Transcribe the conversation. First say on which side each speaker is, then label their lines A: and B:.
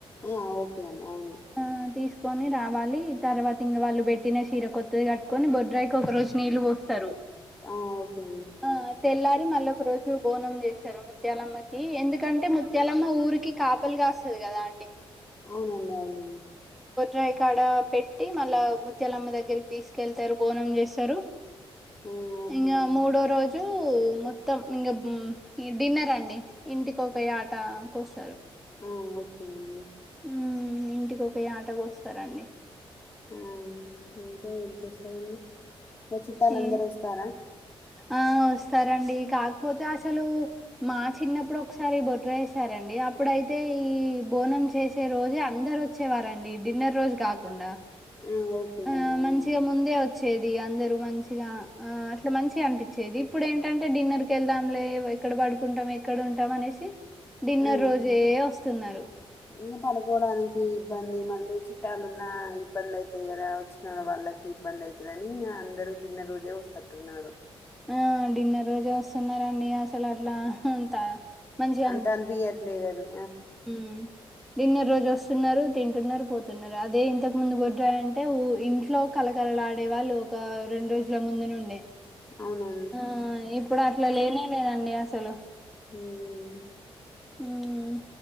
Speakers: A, on the left; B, in the centre.
A: ఆ ఓకే అండి అవును
B: ఆ తీసుకొని రావాలి తర్వాత ఇంగ వాళ్ళు పెట్టిన చీర కొత్తది కట్టుకొని బొడ్రాయికి ఒక రోజు నీళ్ళు పోస్తారు
A: ఆ ఓకే
B: ఆ తెల్లారి మళ్ళీ ఒక రోజు బోనం చేస్త ముత్యాలమ్మకి ఎందుకంటే ముత్యాలమ్మ ఊరికి కాపలి కాస్తుంది కదా అండి
A: అవునండి అవునండి
B: రైకాడ పెట్టి మళ్ళా ముత్యాలమ్మ దగ్గరికి తీసుకెళ్తారు బోనం చేస్తారు
A: ఆ ఓకే
B: ఇంకా
A: అండి
B: మూడో రోజు మొత్తం ఇక ఈ డిన్నర్ అండి ఇంటికి ఒక యాట కోస్తారు
A: హ ఓకే అండి
B: ఉమ్ ఇంటికి ఒక యాట కోస్తారండి
A: ఉమ్ ఇంకా ఏం చేస్తారండి ఇ చుట్టాలుందరూ
B: ఈ
A: వస్తారా
B: ఆ వస్తారండి కాకపోతే అసలు మా చిన్నప్పుడు ఒకసారి బొడ్రాయ్ వేసారండి అప్పుడైతే ఈ బోనం చేసే రోజే అందరు వచ్చేవారండి డిన్నర్ రోజు కాకుండా
A: ఆ ఓకే
B: ఆ
A: అండి అవునా
B: మంచిగా ముందే వచ్చేది అందరూ మంచిగా ఆ అట్లా మంచిగా అనిపించేది ఇప్పుడు ఏంటంటే డిన్నర్ కీ వెల్దాములే ఎక్కడ పడుకుంటాం ఎక్కడ ఉంటాం అనేసి డిన్నర్
A: ఆ
B: రోజే వస్తున్నారు
A: ఇంకా పడుకోడానికి ఇబ్బంది మళ్ళీ చుట్టాలు ఉన్న ఇబ్బంది అయితది కదా వచ్చిన వాళ్ళకి ఇబ్బంది అయితుందిని ఇంకా అందరు డిన్నర్ రోజే వస్తట్టున్నారు
B: ఆ డిన్నర్ రోజు వస్తున్నారండి అసలు అట్లా అంత మంచిగా
A: అంతే అని బియ్యట్లేదండి
B: హ్మ్ డిన్నర్ రోజు వస్తున్నారు తింటున్నారు పోతున్నారు అదే ఇంతకు ముందు బొడ్రాయి అంటే ఇంట్లో కలక కలఆడేవాళ్ళు ఒక రెండు రోజుల ముందు నుండే
A: అవునా
B: ఆ ఇప్పుడు అట్లా లేనే లేదండి అసలు
A: ఉమ్
B: ఉమ్